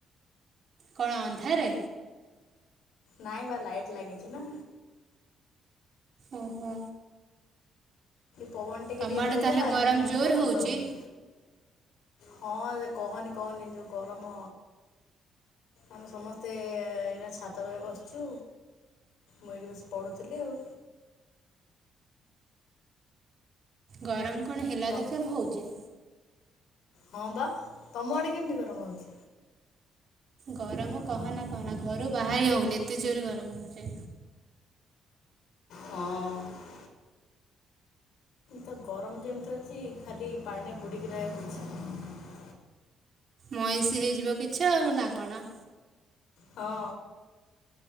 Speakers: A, on the right (about 50°); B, on the left (about 75°).
A: କଣ ଅନ୍ଧାରେ
B: ନାଇଁ ବା ଲାଇଟ ଲାଗିଛି ନା।
A: ଓହୋ।
B: ପବନ ଟିକେ
A: ତମ
B: ଟିକେ ଦଉଥିଲା
A: ଆଡ଼େ ତାହେଲେ
B: ଏ
A: ଗରମ
B: ନା କାଁ
A: ଜୋର
B: ପବନ
A: ହେଉଛି
B: ଦଉନି। ହଁ କହନି କହନି ଯୋଉ ଗରମ ଆମେ ସମସ୍ତେ ଏଇ ନା ଛାତ ଉପରେ ବସିଛୁ ମୁଁ ଏଇଠି ବସିକି ପଢୁଥିଲି ଆଉ।
A: ଗରମ କଣ ହେଲା
B: ତ
A: ଦେଖରେ ହଉଛି
B: ହଁ ବା ତମ ଆଡେ କେମିତି ଗରମ ହଉଛି?
A: ଗରମ କହନା କହନା ଘରୁ ବାହାରି ହଉନି ଏତେ ଜୋର ଗରମ ହଉଛି।
B: ହଁ ତ ଗରମ ଯେମିତି ଅଛି ଖାଲି ପାଣି ବୁଡିକି ରହିବାକୁ ଇଚ୍ଛା।
A: ମଇଁଷି ହେଇଯିବ କିଛି ଆଉ ନା କଣ?
B: ହଁ।